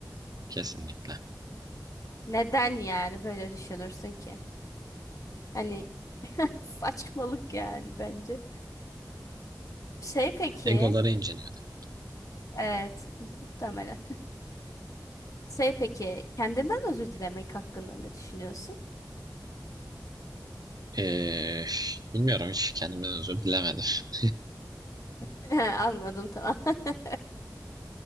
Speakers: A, on the right; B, on the left.
A: Kesinlikle.
B: Neden yani böyle düşünürsün ki? Hani <laughs> saçmalık yani bence. Şey peki,
A: Egoları inciniyordum.
B: evet muhtemelen. Şey peki, kendinden özür dilemek hakkında ne düşünüyorsun?
A: Ee, bilmiyorum hiç kendimden özür dilemedim. <laughs>
B: <laughs> Anladım tamam. <laughs>